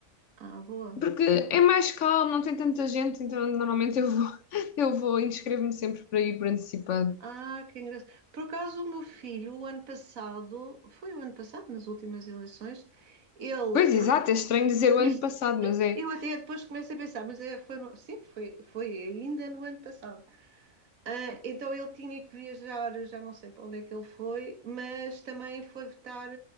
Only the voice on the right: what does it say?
Ah, boa.
Não-
Ah, que engraçado. Por acaso, o meu filho, o ano passado, foi o ano passado, nas últimas eleições, ele.
no-
<laughs>
Eu até depois começo a pensar, mas é, foi, no- sim, foi, foi ainda no ano passado. Ah, então ele tinha que viajar, eu já não sei para onde é que ele foi, mas também foi votar,